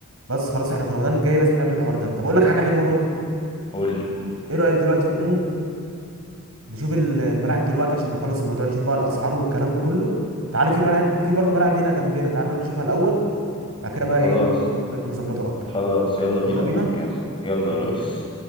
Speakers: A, on the right; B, on the left.
A: بس خلاص احنا في رمضان الجاي لازم نعمل الحوار ده طب اقول لك حاجه حلوه برضو
B: قول لي
A: ايه رايك دلوقتي نقوم نشوف ال- الملاعب دلوقتي عشان نخلص الموضوع نشوف بقى الاسعار والكلام ده كله تعالى في ملعب في برضو ملعب هنا جنبنا تعالى نروح نشوفها الاول بعد كده بقى
B: خلاص
A: ايه نشوف الموضوع ده نظبطه اكتر
B: خلاص يلا بينا
A: يلا بينا
B: نقوم يلا يلا
A: يلا
B: يا ريس
A: بينا